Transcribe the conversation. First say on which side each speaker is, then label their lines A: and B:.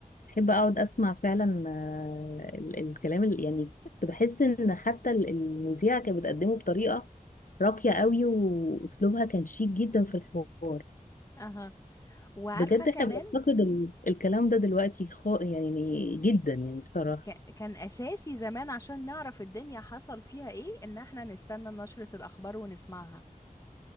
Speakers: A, on the left (about 65°); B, on the left (about 20°).
A: بحب اقعد اسمع فعلا آه، ال- الكلام اللي يعني كنت بحس ان حتى ال- المذيعه كانت بتقدمه بطريقه راقيه قوي واسلوبها كان شيك جدا في الحوار
B: اها وعارفة
A: بجد
B: كمان
A: احنا بنفتقد ال- الكلام ده دلوقتي خا يعني جدا يعني بصراحه
B: ك- كان أساسي زمان عشان نعرف الدنيا حصل فيها ايه ان احنا نستنى نشرة الأخبار ونسمعها